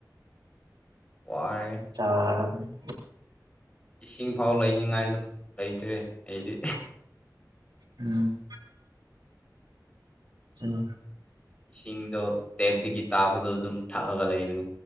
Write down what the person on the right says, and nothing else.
ꯆꯥꯎꯔꯕꯅꯤꯝ
ꯎꯝ ꯎ